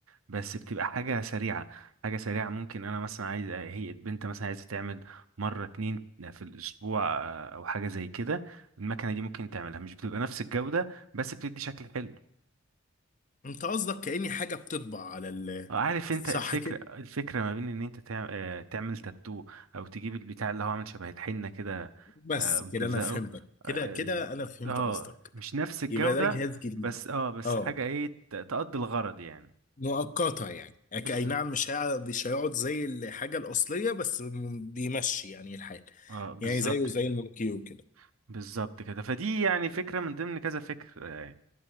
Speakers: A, on the right; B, on the left.
A: بس بتبقى حاجة سريعة حاجة سريعة ممكن أنا مثلا عايز هي البنت مثلا عايزة تعمل مرة اتنين في الأسبوع آه، أو حاجة زي كده المكنة دي ممكن تعملها مش بتبقى نفس الجودة بس بتدي شكل حلو
B: انت قصدك كأني حاجه بتطبع على ال
A: عارف
B: صح
A: انت الفكرة
B: كده
A: الفكرة ما بين ان انت تع- آه، تعمل تاتو او تجيب البتاع اللي هو عامل شبه الحنة كده
B: بس
A: آه، وتلزقه
B: كده انا فهمتك كده
A: اه
B: كده انا فهمت
A: آه، آه،
B: قصدك
A: مش نفس الجودة
B: يبقى ده جهاز جديد
A: بس اه بس
B: اه
A: حاجة ايه ت- تقضي الغرض يعني
B: مؤقتة يعني
A: بز...
B: أك- اي نعم مش هيقعد مش هيقعد زي الحاجة الأصلية بس م- بيمشي يعني الحال
A: اه بالظبط
B: يعني زيه زي
A: كده
B: المونوكيو كده
A: بالظبط كده فدي يعني فكرة من ضمن كذا فكر آه،